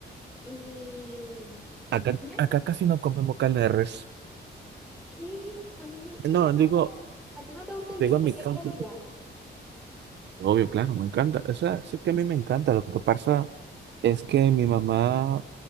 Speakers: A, in the centre; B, on the right.
A: Y mm,
B: acá,
A: nada,
B: acá casi no comemos carne de res.
A: que a mí me... ¿Tú
B: No,
A: nunca...
B: digo,
A: ¿A ti no te gusta el
B: digo
A: bistec
B: en mi caso.
A: encebollado?
B: Obvio, claro, me encanta. O sea, sí que a mí me encanta. Lo que pasa es que mi mamá